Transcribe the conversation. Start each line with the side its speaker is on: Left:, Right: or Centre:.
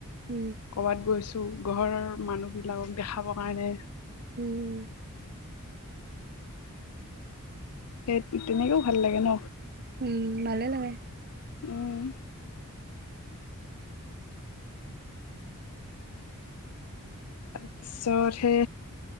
Right: উম
Left: কৰবাত গৈছোঁ। ত' ঘৰৰ মানুহবিলাকক দেখাব কাৰণে।
Right: উম,
Left: সেই তেনেকেও ভাল লাগে ন।
Right: উম, ভালে লাগে।
Left: উম তাৰপিছতহে